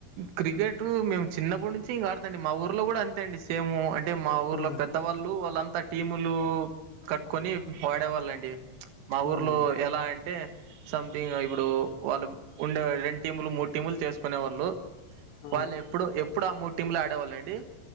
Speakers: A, on the right (about 85°); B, on the left (about 75°).
A: క్రికెట్ మేము చిన్నప్పటి నుంచి ఇంకా ఆడత అండి మా ఊర్లో కూడా అంతే అండి సేమ్ అంటే మా ఊర్లో
B: ఆ
A: పెద్దవాళ్ళు వాళ్ళంతా టీములు కట్టుకొని ఆడేవాళ్ళండి మా
B: అవునండి
A: ఊర్లో ఎలా అంటే సంథింగ్ ఇప్పుడు వాళ్ళు ఉండే రెండు టీములు మూడు టీములు చేసుకునే వాళ్ళు
B: ఆ
A: వాళ్ళు ఎప్పుడు ఎప్పుడు ఆ మూడు టీంలు ఆడేవాళ్ళండి